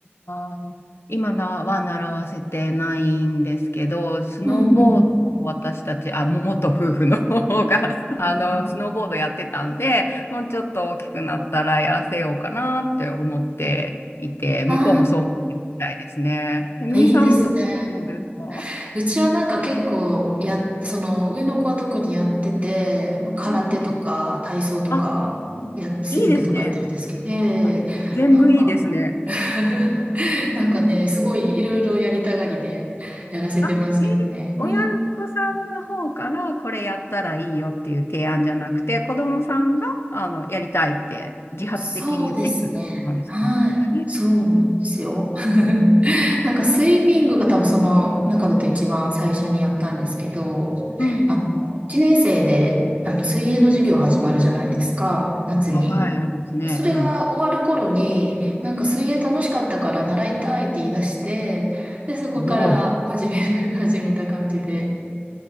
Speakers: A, on the left; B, on the right.
A: ー今のは習わせてないんですけど、スノーボードを私たち、
B: うんうん。うん
A: あ、も元夫婦の方が、<laughs> あの、
B: うん。
A: スノーボードやってたんで、もうちょっと大きくなったらやらせようかなって思っていて、向こうもそう思ってるみたいですね。
B: あ
A: めぐみさんのところはどうですか
B: あ、いいですね。うちはなんか結構や、その上の子は特にやってて、まあ空手とか体操とか、
A: うんうん。あ、
B: や、スイミングとかやってるんですけど、
A: いいですね。
B: ええなんか、
A: あ、全部いいですね。
B: <laughs> なんかね、すごいいろいろやりたがりでやらせてますけどね。
A: あ、えー親御さんの方からこれやったらいいよっていう提案じゃなくて、
B: うん
A: 子供さんがあのやりたいって自発的に言ってきたことなんですかえ、
B: そうですね。はい。そうなんですよ。<laughs> なんかスイミングが多分その中だと一番最初にやったんですけど、
A: うんうん。
B: あの、1年生であの水泳の授業始まるじゃないですか、夏に。
A: あ、はい、ありますね。
B: それが終わる頃に、
A: うん。
B: なんか水泳楽しかったから習いたいって言い出して、で、そこから始める、
A: おお。
B: <laughs> 始めた感じで。